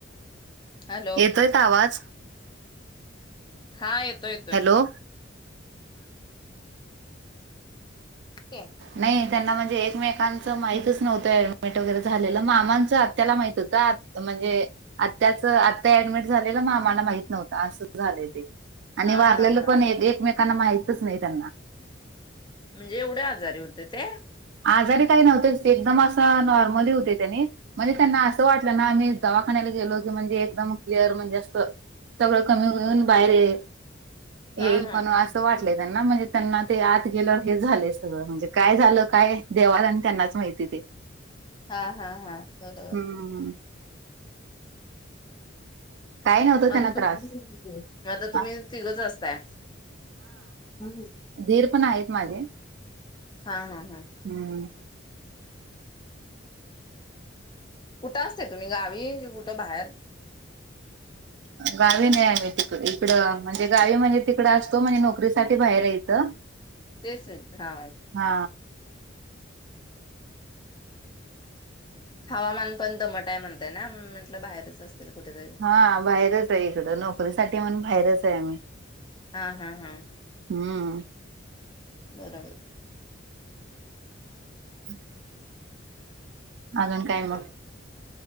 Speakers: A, on the left (about 25°); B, on the right (about 60°).
A: हॅलो.
B: येतोय का आवाज
A: हा येतोय येतोय
B: हॅलो
A: एक
B: नाही त्यांना म्हणजे एकमेकांचं माहितच नव्हतं ऍडमिट वगैरे झालेलं मामांचं आत्याला माहित होतं आत् म्हणजे आत्याचं आत्या ऍडमिट झालेलं मामांना माहित नव्हतं असं झालंय ते आणि
A: हां,
B: वारलेलं
A: हां, हां.
B: पण एक एकमेकांना माहितच नाही त्यांना
A: म्हणजे एवढे आजारी होते ते?
B: आजारी काही नव्हतेच ते एकदम असं नॉर्मली हुते त्यानी म्हणजे त्यांना असं वाटलं ना मी दवाखान्याला गेलो की म्हणजे एकदम क्लिअर म्हणजे अस सगळं कमी होऊन बाहेर ये
A: हां,
B: येईल
A: हां.
B: पण असं वाटलंय त्यांना म्हणजे त्यांना ते आत गेल्यावर हेच झालंय सगळं म्हणजे काय झालं काय देवाला आणि त्यांनाच माहिती ते?
A: हा हा हा बरोबर
B: हम्म काय नव्हतं
A: म
B: त्यांना
A: आता
B: त्रास
A: तू मग आता तुम्ही
B: हा-
A: तिघंच असताय? हा
B: दिर पण आहेत माझे
A: हा हा हा
B: हम्म
A: कुठं असताय तुम्ही गावी की कुठं बाहेर?
B: गावी नाही आहे मी तिक इकडं म्हणजे गावी म्हणजे तिकडं असतो म्हणजे नोकरीसाठी बाहेर आहे इथं.
A: तेच हेत हा
B: हा
A: हवामान पण दमट हाय म्हणताय ना म म्हटलं बाहेरच असत असतील कुठं तर
B: हा बाहेरच हाय इकडं नोकरीसाठी म्हणून बाहेरच हाय आम्ही
A: हा हा हा
B: हम्म
A: बरोबर
B: <inaudible> अजून काय मग?